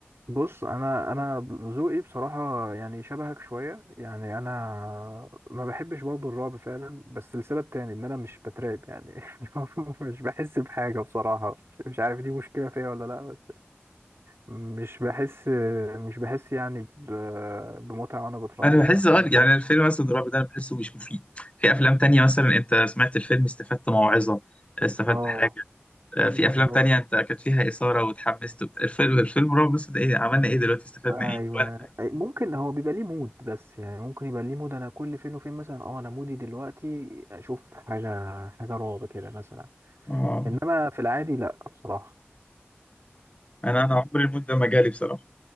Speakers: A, on the right; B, on the left.
A: بص انا انا ذوقي بصراحه يعني شبهك شويه يعني انا ما بحبش برضه الرعب فعلا بس لسبب تاني ان انا مش بترعب يعني <laughs> مش بحس بحاجه بصراحه مش مش عارف دي مشكله فيا ولا لا مش بحس مش بحس يعني ب... بمتعة وانا بتفرج
B: انا
A: على
B: بحس
A: افلام
B: اه
A: الرعب
B: يعني الفيلم مثلا الرعب ده انا بحسه مش مفيد في افلام تانية مثلا انت سمعت الفيلم استفدت موعظة استفدت
A: اه
B: حاجة آه،
A: بالظبط
B: في افلام تانية انت كانت فيها اثارة وتحمست وبت... الفيلم الفيلم رعب بس ده ايه عملنا ايه دلوقتي استفدنا
A: ايوه
B: ايه ولا حاجة
A: أي- ممكن هو بيبقى ليه مود بس يعني ممكن يبقى ليه مود انا كل فين وفين مثلا اه انا مودي دلوقتي اشوف حاجه حاجه رعب كده مثلا
B: اه
A: انما في العادي لا بصراحه
B: انا انا عمري الموت ده ما جالي بصراحة